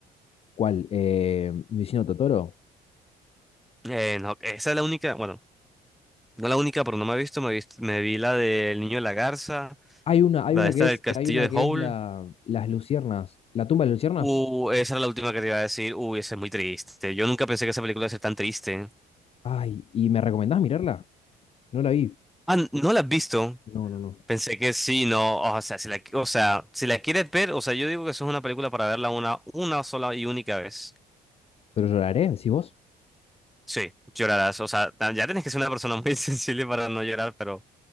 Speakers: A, on the left; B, in the centre.
A: ¿Cuál? Eh, mi vecino Totoro.
B: Eh, no, esa es la única, bueno, no la única, pero no me he visto, me, he visto- me vi la del Niño de la Garza,
A: Hay una, hay
B: la
A: una
B: de esta
A: que es,
B: del Castillo
A: hay una
B: de
A: que
B: Howl.
A: es la, las luciernas, la tumba de las luciernas.
B: Uh, esa era la última que te iba a decir. Uy, esa es muy triste. Yo nunca pensé que esa película iba a ser tan triste.
A: Ay, ¿y me recomendás mirarla? No la vi.
B: Ah, ¿no la has visto?
A: No, no, no.
B: Pensé que sí, no, o sea, si la, o sea, si la quieres ver, o sea, yo digo que eso es una película para verla una, una sola y única vez.
A: Pero lloraré, decís vos.
B: Sí, llorarás, o sea, ta- ya tienes que ser una persona muy <laughs> sensible para no llorar, pero,